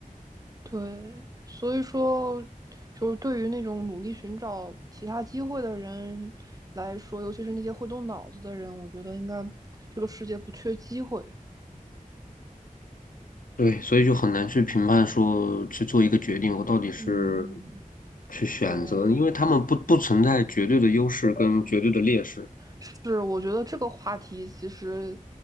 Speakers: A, on the right; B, on the left.
A: 对，所以说，就是对于那种努力寻找其他机会的人来说，尤其是那些会动脑子的人，我觉得应该这个世界不缺机会。
B: 对，所以就很难去评判说去做一个决定，我到底是
A: 嗯，
B: 去选择，
A: 对，
B: 因为他们不不存在绝对的优势跟绝对的劣势。
A: 是，我觉得这个话题其实